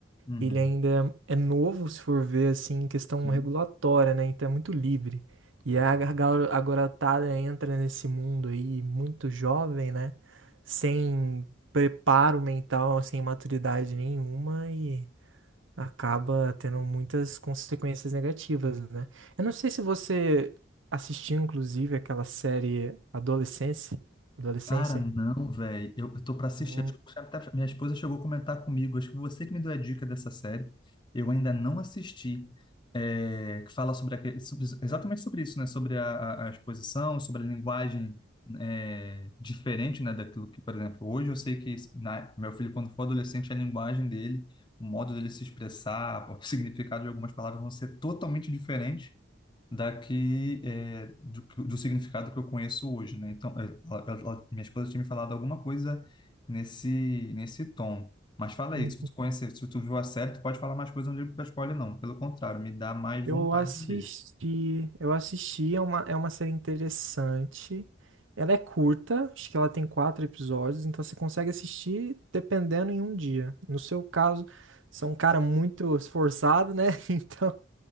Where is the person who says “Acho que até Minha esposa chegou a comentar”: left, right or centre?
Left